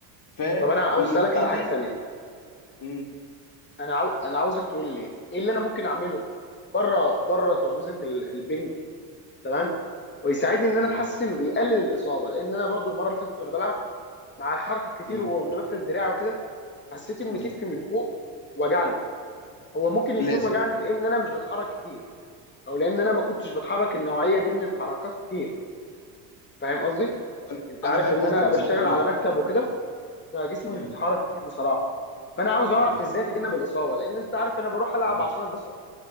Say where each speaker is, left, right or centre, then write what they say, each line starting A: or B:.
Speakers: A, on the left; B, on the left.
A: فبيبتدي
B: طب انا عاوز اسالك على حاجة تانية
A: مم.
B: انا عاو... انا عاوزك تقول لي ايه اللي انا ممكن اعمله بره بره ترابيزه ال- البنج تمام ويساعدني ان انا
A: مم.
B: اتحسن ويقلل الاصابه لان انا برضو المره اللي فاتت وانا بلعب مع الحركه الكتير
A: مم.
B: و- وان بفرد دراعي وكده حسيت ان
A: مم.
B: كتفي من فوق وجعني هو ممكن يكون
A: لازم
B: وجعني لان انا مش بتحرك كتير او لان انا ما كنتش بتحرك النوعيه دي من الحركات كتير فاهم قصدي
A: انا
B: انت
A: أنا
B: عارف
A: فاهم
B: ان
A: قصدك
B: انا
A: بس
B: بشتغل
A: ده طبيعي
B: على مكتب
A: ده-
B: وكده فجسمي
A: مم.
B: مش بيتحرك كتير بصراحه فانا عاوز اعرف
A: مم.
B: ازاي اتجنب الاصابه لان انت عارف انا بروح العب
A: مم.
B: عشان اتبسط